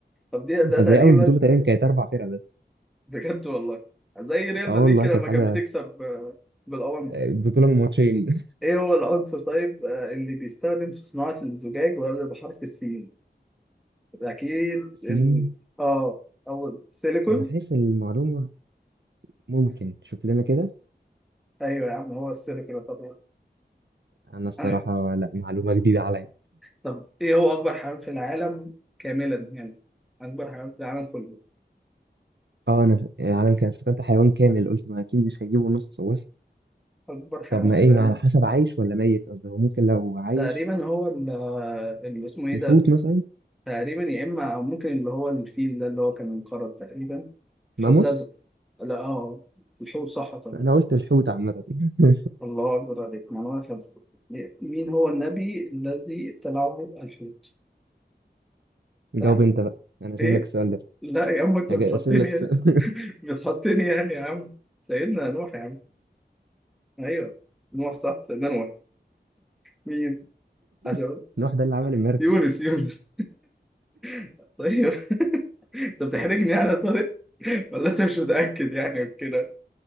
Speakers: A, in the centre; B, on the right.
A: طب دي ده
B: قصدي
A: تقريبا
B: أول بطولة تقريبا كانت أربع فرق بس
A: بجد والله زي ريال
B: اه
A: مدريد
B: والله
A: كده
B: كانت
A: لما
B: حاجة
A: كانت بتكسب بالأونت
B: آه، بطولة من ماتشين
A: ايه هو العنصر طيب آه، اللي بيستخدم في صناعة الزجاج ويبدأ بحرف السين اكيد
B: <laughs> الصين
A: ال... اه اول سيليكون
B: أنا حاسس المعلومة ممكن شوف لنا كده
A: ايوه يا عم هو السيليكون طبعا
B: انا الصراحه
A: ايوه
B: لا معلومه جديده عليا
A: طب ايه هو اكبر حيوان في العالم كاملا يعني اكبر حيوان في العالم كله
B: اه انا العالم كان افتكرت حيوان كامل قلت ما اكيد مش هيجيبوا نص وسط
A: اكبر حيوان
B: طب ما
A: في
B: ايه
A: العالم
B: ما على حسب عايش ولا ميت قصدي هو ممكن لو عايش
A: تقريبا هو ال- آه، اللي اسمه ايه
B: الحوت
A: ده
B: مثلا
A: تقريبا يا اما او ممكن اللي هو الفيل ده اللي هو كان منقرض تقريبا حوت
B: ماموس
A: الازرق لا اه الحوت صح طبعا
B: انا قلت الحوت عامه <laughs>
A: الله أكبر عليك ما أنا أخذ مين هو النبي الذي ابتلعه الحوت؟
B: جاوب
A: سهل
B: انت بقى انا اسيب
A: إيه؟
B: لك السؤال ده
A: لا يا عم أنت
B: هج-
A: بتحطني
B: اسيب لك السؤال
A: يعني <laughs> بتحطني يعني يا عم سيدنا نوح يا عم أيوه نوح صح سيدنا نوح مين؟ عشان
B: <laughs> نوح ده اللي عمل المركب
A: يونس يونس <laughs> طيب <laughs> أنت بتحرجني يعني يا طارق ولا أنت مش متأكد يعني وكده